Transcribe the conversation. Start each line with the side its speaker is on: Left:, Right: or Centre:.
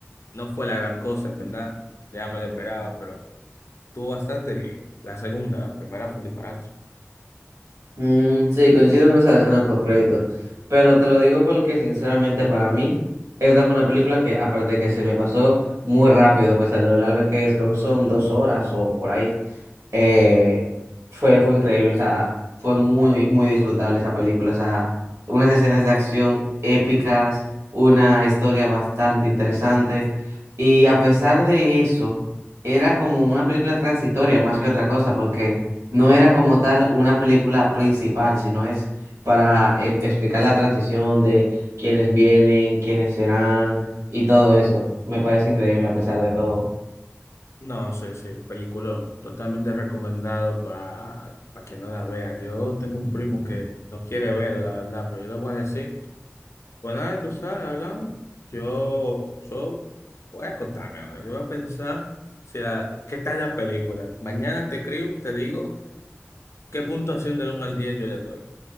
Left: No fue la gran cosa, en ¿verdad? Ya me lo esperaba, pero estuvo bastante bien. La segunda, la primera fue un disparate.
Right: Mm, sí, coincido en esa escena post créditos, pero te lo digo porque sinceramente para mí, esta fue una película que aparte de que se me pasó muy rápido, a pesar de lo larga que es, creo que son dos horas o por ahí. eh, fue, fue increíble, o sea, fue muy, muy disfrutable esa película, o sea, unas escenas de acción épicas, una historia bastante interesante, y a pesar de eso, era como una película transitoria más que otra cosa, porque no era como tal una película principal, sino es para em, explicar la transición de quiénes vienen, quiénes serán, y todo eso. Me parece increíble a pesar de todo.
Left: No, sí, sí, peliculón. Totalmente recomendado para quien no la vea. Yo tengo un primo que no quiere verlo, la verdad, pero yo le voy a decir, pues nada, tú sabes, hablamos. Yo, yo voy a acostarme ahora. Yo voy a pensar si la- qué tal la película. Mañana te escribo, te digo qué puntuación del uno al 10 yo le doy.